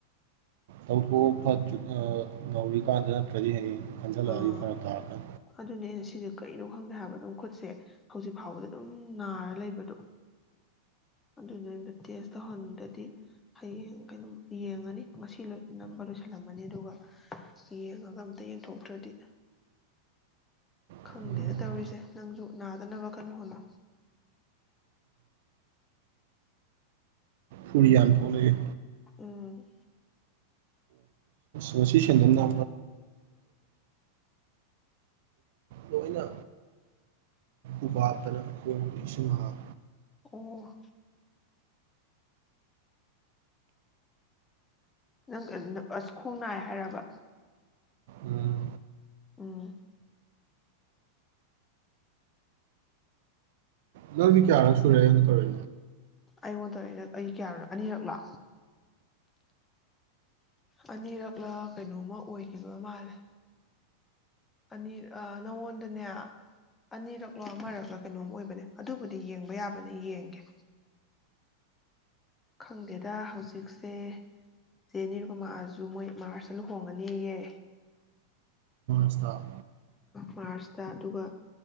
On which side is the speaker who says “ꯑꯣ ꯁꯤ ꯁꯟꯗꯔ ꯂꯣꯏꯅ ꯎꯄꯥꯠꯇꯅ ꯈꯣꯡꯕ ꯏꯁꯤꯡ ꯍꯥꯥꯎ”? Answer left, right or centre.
Right